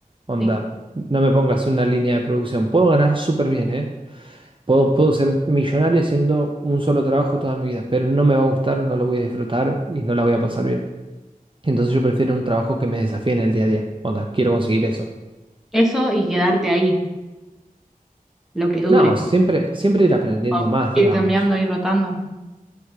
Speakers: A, on the right; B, in the centre.
A: Onda,
B: Sí.
A: no me pongas una línea de producción. Puedo ganar súper bien, ¿eh? Puedo, puedo ser millonario haciendo un solo trabajo toda mi vida, pero no me va a gustar, no lo voy a disfrutar y no la voy a pasar bien. Entonces yo prefiero un trabajo que me desafíe en el día a día. Onda, quiero conseguir eso.
B: Eso y quedarte ahí, lo que dure.
A: No, siempre, siempre ir aprendiendo
B: O
A: más, digamos.
B: ir cambiando, ir rotando.